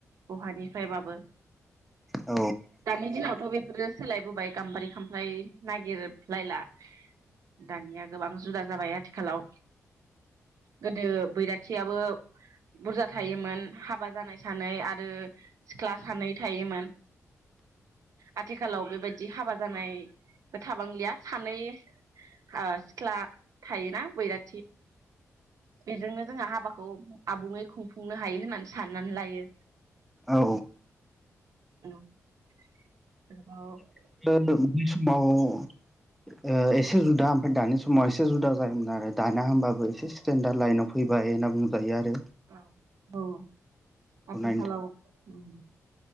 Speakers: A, on the right (about 70°); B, in the centre.
A: बहानिफ्रायबाबो।
B: औ
A: दानि दिनावथ' बेफोरो सोलायबोबाय गाम्बारि खामफ्लाय नागिरलायला। दानिया गोबां जुदा जाबाय आथिखालाव। गोदो बैराथियाबो बुरजा थायोमोन हाबा जानाय सानै आरो सिख्ला सानै थायोमोन। आथिखालाव बेबायदि हाबा जानायबो थाबांलिया सानै ओ सिख्ला थायोना बैराथि बेजोंनो जोंहा हाबाखौ आबुङै खुंफुंनो हायो होननानै साननानै लायो।
B: औ।
A: औ <unintelligible>
B: <unintelligible> समाव ओ एसे जुदा ओमफाय दानि समाव एसे जुदा जायोमोन आरो दाना होमबाबो एसे स्टेेनडार्द लाइनाव फैबाय होनना बुंजायो आरो।
A: औ औ। आथिखालाव
B: नायनो
A: उम